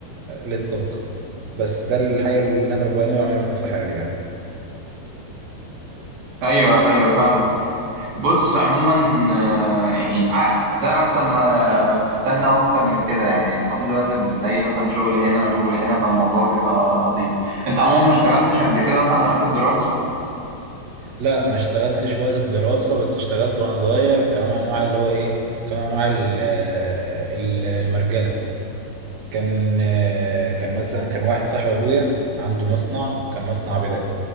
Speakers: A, on the right; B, on the right.
A: للطاقه بس ده الحاجه اللي انا بقى- اللي أنا بعملها في وقت الحالي يعني
B: ايوه ايوه فاهمك بص عموما آه، يعني ع- ده احسن ما ما تستنى اكتر من كده يعني الحمد لله انك بتلاقي مثلا شغل هنا وشغل هنا فالموضوع بيبقى لطيف انت عموما ما اشتغلتش قبل كده مثلا وقت الدراسة
A: لا ما اشتغلتش وقت الدراسه بس اشتغلت وانا صغير كنوع من انواع اللي هو ايه كنوع من انواع ال- المرجله كان آه، كان مثلا كان واحد صاحب ابويا عنده مصنع كان مصنع بدل